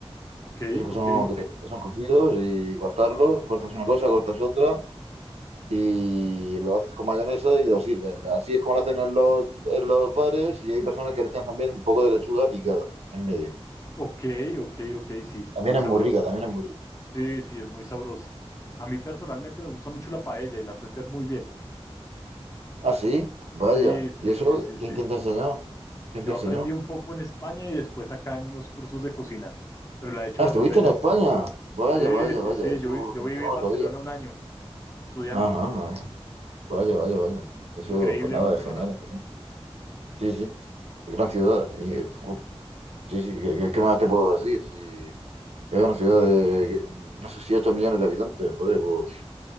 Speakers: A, on the left; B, on the right.
A: ok,
B: Esos que
A: ok,
B: son, que son cocidos y cortarlos, cortas una cosa, cortas otra y lo haces con mayonesa y lo sirves. Así es como lo hacen en los, en los bares y hay personas que le echan también un poco de lechuga picada en medio.
A: ok, ok, ok, sí,
B: También
A: muy
B: es
A: sabrosa.
B: muy rica, también es muy rica.
A: Sí, sí, es muy sabrosa. A mí personalmente me gusta mucho la paella y la sé hacer muy bien.
B: Ah, sí, vaya.
A: Sí, sí,
B: ¿Y eso?
A: sí, sí, sí.
B: ¿Quién, quién te enseñó? ¿Quién
A: Yo
B: te enseñó?
A: aprendí un poco en España y después acá en unos cursos de cocina, pero la he hecho
B: Ah,
A: varias
B: estuviste
A: veces.
B: en España. Vaya,
A: Sí,
B: vaya,
A: sí,
B: vaya.
A: sí,
B: Eso,
A: yo, vi- yo
B: eso
A: viví
B: no
A: en
B: lo
A: Barcelona
B: sabía.
A: un año estudiando.
B: Ajá, ajá. Vaya, vaya, vaya. Eso,
A: Increíble
B: pues nada,
A: Barcelona.
B: es genial, es genial. Sí, sí. gran ciudad. Y, eh, uf, sí, sí, ¿qué, qué- qué más te puedo decir? Sí, es una ciudad de, no sé si 8 millones de habitantes, joder, pues,